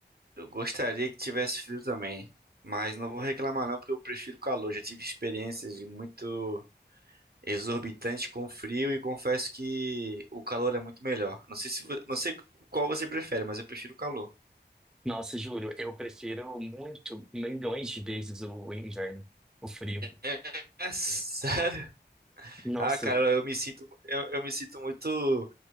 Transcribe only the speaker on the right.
eu gostaria que tivesse frio também, mas não vou reclamar não, porque eu prefiro calor. Já tive experiências de muito exorbitante com frio e confesso que o calor é muito melhor. Não sei se, vo- não sei qual você prefere, mas eu prefiro o calor.
É, é sério. <laughs>
Ah, cara, eu me sinto eu, eu me sinto muito